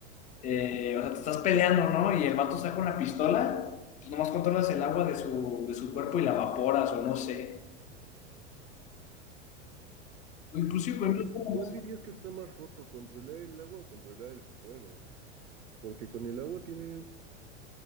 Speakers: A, on the left; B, on the right.
A: eh, o sea, te estás peleando, ¿no? Y el vato saca una pistola, tú nomás controlas el agua de su, de su cuerpo y la evaporas, o no sé. O inclusive
B: Uh,
A: con
B: es
A: los
B: que,
A: bombas.
B: ¿cuál dirías que está más roto? ¿Controlar el agua o controlar el fuego? Porque con el agua tienes